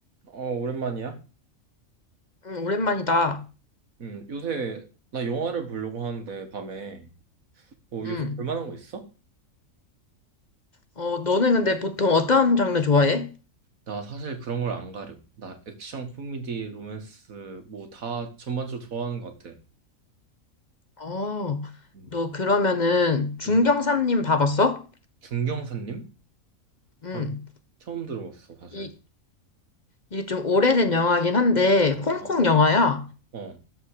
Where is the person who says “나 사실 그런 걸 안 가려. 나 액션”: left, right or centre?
Right